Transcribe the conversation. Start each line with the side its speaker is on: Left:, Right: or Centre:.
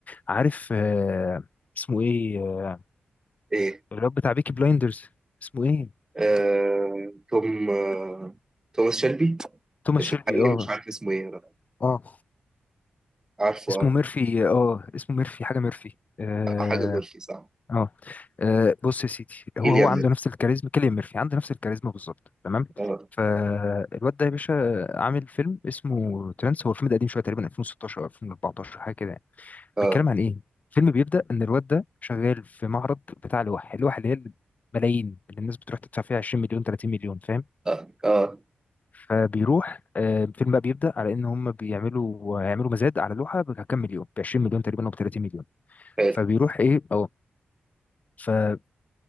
Left: عارف آه اسمه ايه آه
Right: إيه
Left: الواد بتاع بيكي بلايندرز اسمه ايه
Right: آه توم آه توماس شيلبي
Left: توماس
Right: اسمه
Left: شيلبي
Right: حقيقي
Left: اه
Right: مش عارف اسمه إيه أنا
Left: اه
Right: عارفه
Left: اسمه
Right: آه
Left: ميرفي اه اسمه ميرفي حاجه ميرفي اه
Right: آه، حاجة غلطي صح
Left: اه آه، بص يا سيدي هو
Right: كيليان
Left: هو عنده
Right: ميرفي
Left: نفس الكاريزما كيليان ميرفي عنده نفس الكاريزما بالظبط تمام
Right: آه
Left: فالواد ده يا باشا عامل فيلم اسمه ترانس هو الفيلم ده قديم شويه تقريبا 2016 او 2014 حاجه كده يعني.
Right: آه
Left: بيتكلم عن ايه الفيلم بيبدأ ان الواد ده شغال في معرض بتاع لوح اللوح اللي هي ملايين اللي الناس بتروح تدفع فيها 20 مليون 30 مليون فاهم
Right: آه آه
Left: فبيروح آه، الفيلم بقى بيبدأ على ان هم بيعملوا يعملوا مزاد على لوحة بكام مليون ب 20 مليون تقريبا او ب 30 مليون
Right: حلو
Left: فبيروح ايه اه فبيجيب